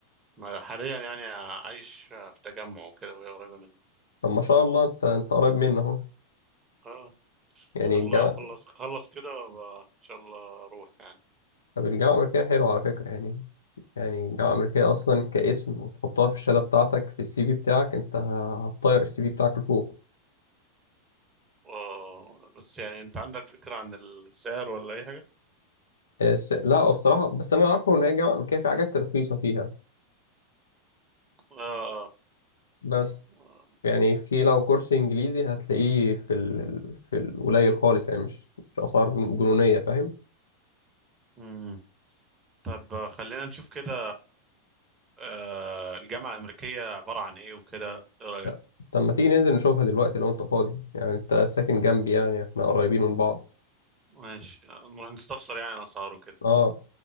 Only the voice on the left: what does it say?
طب ما شاء الله أنت أنت قريب منه أهو
يعني
الجامعة
طب الجامعة الأمريكية حلوة على فكرة يعني يعني الجامعة الأمريكية أصلا كاسم وتحطها في الشهادة بتاعتك في السي في بتاعك أنت هتطير السي في بتاعك لفوق
الس- لا الصراحة بس أنا عارفه إن هي الجامعة الأمريكية في حاجات رخيصة فيها
بس
يعني في لو كورس إنجليزي هتلاقيه في ال... في القليل خالص يعني مش مش أسعار جنونية فاهم
لا. طب ما تيجي ننزل نشوفها دلوقتي لو أنت فاضي يعني أنت ساكن جنبي يعني إحنا قريبين من بعض
أه